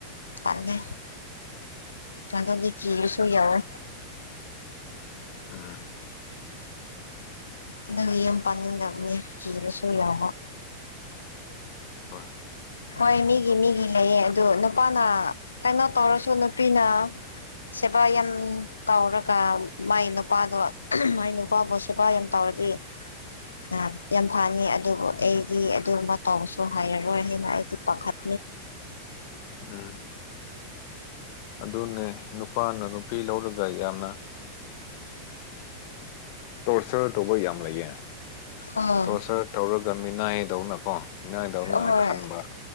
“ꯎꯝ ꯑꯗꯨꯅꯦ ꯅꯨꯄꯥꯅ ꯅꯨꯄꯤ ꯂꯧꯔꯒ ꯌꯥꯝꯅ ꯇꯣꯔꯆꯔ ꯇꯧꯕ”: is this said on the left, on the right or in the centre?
Left